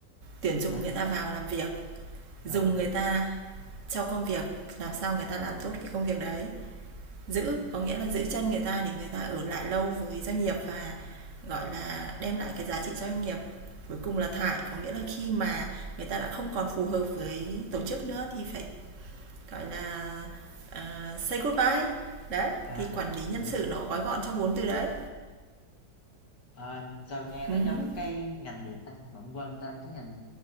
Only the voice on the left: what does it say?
À,
rồi,
à,
hiểu.
À, sao nghe nó
giống
cái ngành gì ta? Mà quên tên cái ngành